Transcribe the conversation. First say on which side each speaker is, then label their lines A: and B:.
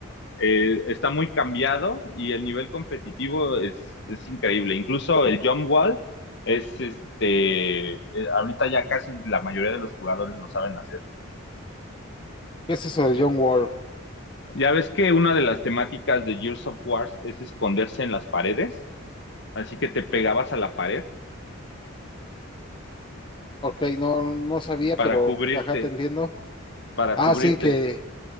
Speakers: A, on the left; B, on the left.
A: eh, está muy cambiado y el nivel competitivo es, es increíble. Incluso el jump wall es este, eh, ahorita ya casi la mayoría de los jugadores lo saben hacer.
B: ¿Qué es eso de John Wall?
A: Ya ves que una de las temáticas de Gears of War es esconderse en las paredes, así que te pegabas a la pared
B: Ok, no, no sabía,
A: para
B: pero
A: cubrirte,
B: ajá, te entiendo.
A: para
B: Ah,
A: cubrirte.
B: sí, que,